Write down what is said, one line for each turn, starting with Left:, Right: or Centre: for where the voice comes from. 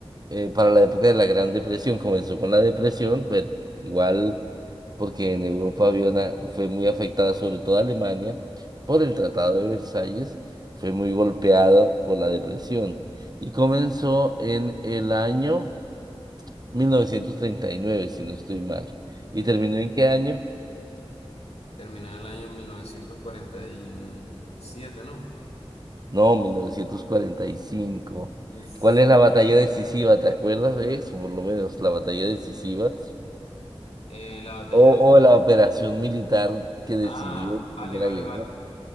Right: eh, para la época de la Gran Depresión, comenzó con la depresión, bueno, igual. porque en Europa había una- fue muy afectada, sobre todo Alemania, por el Tratado de Versalles, fue muy golpeado por la depresión y comenzó en el año 1939, si no estoy mal. ¿Y
Left: Mm,
Right: terminó en qué año?
Left: Terminó en el año 1947, ¿no?
Right: No, 1945.
Left: Uf.
Right: ¿Cuál es la batalla decisiva? ¿Te acuerdas de eso? Por lo menos la batalla decisiva
Left: Eh, la batalla
Right: o,
Left: de...
Right: o la operación militar que decidió
Left: Ah,
Right: el
Left: vale,
Right: fin de la
Left: vale,
Right: guerra.
Left: vale.